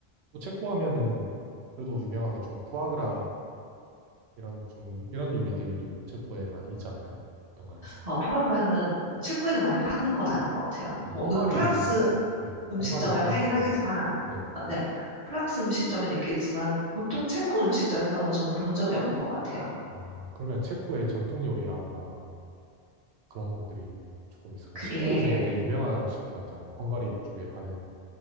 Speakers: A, on the right (about 80°); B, on the right (about 40°).
A: 또 체코 하면은 그래도 유명한 게 좀 푸아그라 이런 좀, 이런 요리들도 체코에 많이 있지 않나요? 어떤가요?
B: 어, 포아그라는 체코에는 많이 파는 건 아닌 것 같아요.
A: 아,
B: 뭐
A: 헝가리,
B: 으, 프랑스
A: 네,
B: 음식점에
A: 헝가리, 프랑스
B: 팔긴 하겠지만,
A: 이런데, 네.
B: 어, 네, 프랑스 음식점엔 있겠지만 보통 체코 음식점에서는 저는 본 적이 없는 것 같아요.
A: 아, 그러면 체코의 전통 요리라거나 그런 것들이 조금 있을까요?
B: 그게
A: 수프 중에 되게 유명한 수프가 있잖아요. 헝가리 쪽에 파는